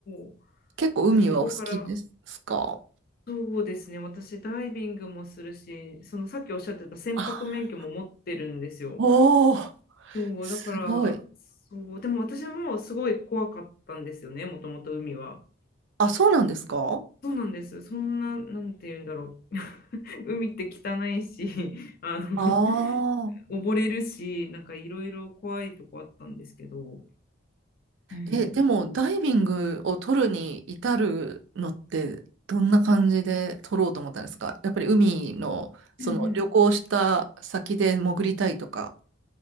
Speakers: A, on the left; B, on the right.
A: お。
B: 結構海はお好きですか
A: じゃあそこから。そうですね。私、ダイビングもするし、そのさっきおっしゃってた船舶免許も持ってるんですよ。
B: あ、おお、
A: そう、
B: すごい。
A: だから、そう、でも私もすごい怖かったんですよね、もともと海は。
B: あ、そうなんですか
A: そうなんです。そんな、なんて言うんだろう。<laughs> 海って汚いし、<laughs> あの、
B: ああー。
A: 溺れるし、なんかいろいろ怖いとこあったんですけど。うん。
B: え、でもダイビングを取るに至るのってどんな感じで取ろうと思ったんですかやっぱり海のその旅行した先で潜りたいとか。
A: うんうん